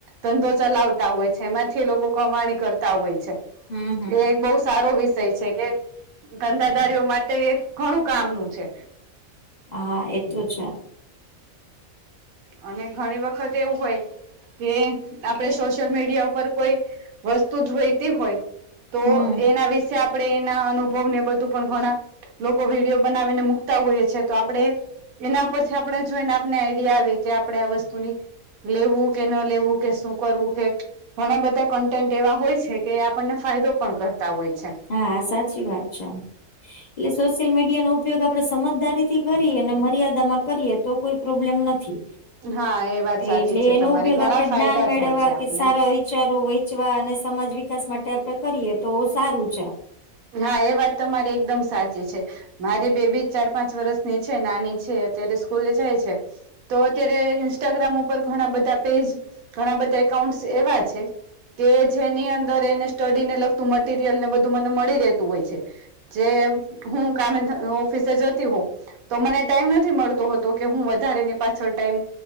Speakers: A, on the right; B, on the left.
A: ધંધો ચલાવતા હોય છે એમાંથી લોકો કમાણી કરતા હોય છે
B: હમ હમ
A: તો એ બહુ સારો વિષય છે કે ધંધાદારીઓ માટે એ ઘણું કામનું છે
B: હા હા એ તો છે
A: અને ઘણી વખત એવું હોય કે આપડ સોશિયલ મીડિયા ઉપર કોઈ વસ્તુ જોઈતી હોય તો
B: હમ
A: એના વિશે આપણે એના અનુભવ ને બધું પણ ઘણા લોકો વિડીયો બનાવીને મુૂકતા હોઈએ છે તો આપણે એના પરથી આપણે જોઈને આપને આઈડિયા આવે કે આપણે આ વસ્તુની લેવું કે ન લેવું કે શું કરવું કે ઘણા બધા કન્ટેન્ટ એવા હોય છે કે એ આપણને ફાયદો પણ કરતા હોય છે
B: હા સાચી વાત છે એટલે સોશિયલ મીડિયા નો ઉપયોગ આપડે સમજદારીથી કરીએ અને મર્યાદામાં કરીએ તો કોઈ પ્રોબ્લેમ નથી
A: હા એ વાત સાચી
B: એટલે
A: છે
B: એનો
A: તમારી
B: ઉપયોગ
A: ઘણા
B: આપડે
A: ફાયદા
B: જ્ઞાન મેળવવા
A: થાય છે આપને
B: કે સારા વિચારો હોય વચવા અને સમાજ વિકાસ માટે આપડે કરીએ તો સારું છે
A: હા એ વાત તમારી એકદમ સાચી છે મારી બેબી ચાર પાંચ વર્ષની છે નાની છે અત્યારે સ્કૂલે જાય છે તો અત્યારે ઇન્સ્ટાગ્રામ ઉપર ઘણા બધા પેજ ઘણા બધા એકાઉન્ટ એવા છે કે જેની અંદર એને સ્ટડીને લગતું મટરિયલ ને બધું મને મળી રહેતું હોય છે જે હું કામે ઓફિસે જોતી હો તો મને ટાઈમ નથી મળતોતો કે હું વધારે ની પાછળ ટાઈમ